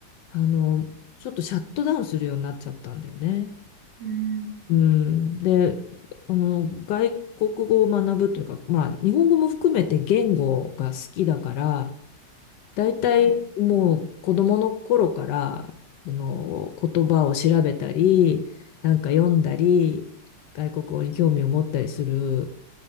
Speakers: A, on the left; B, on the right.
A: あの、ちょっとシャットダウンするようになっちゃったんだよね。
B: うん。
A: うん。で、あの、外国語を学ぶというか、まあ、日本語も含めて言語が好きだから、だいたいもう子供の頃から、
B: はい。
A: あの、言葉を調べたり、なんか読んだり、外国語に興味を持ったりする